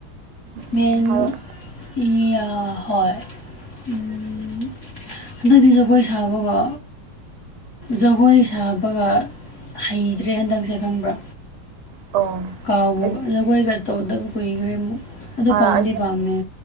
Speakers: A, on the right; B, on the left.
A: ꯎꯝ
B: ꯃꯦꯟ
A: ꯍꯥꯏꯔꯣ
B: ꯍꯣꯏ ꯍꯟꯗꯛꯇꯤ ꯖꯒꯣꯏ ꯁꯥꯕꯀꯣ ꯖꯒꯣꯏ ꯁꯥꯕꯒ ꯍꯩꯇ꯭ꯔꯦ ꯍꯟꯗꯛꯁꯦ ꯈꯪꯕ꯭ꯔꯥ
A: ꯑꯣ
B: ꯀꯥꯎꯕ
A: ꯑꯩ
B: ꯖꯒꯣꯏꯒ ꯇꯧꯗꯕ ꯀꯨꯏꯈ꯭ꯔꯦ ꯑꯃꯨꯛ ꯑꯗꯣ
A: ꯑꯥ
B: ꯄꯥꯝꯗꯤ
A: ꯑꯩ
B: ꯄꯥꯝꯃꯦ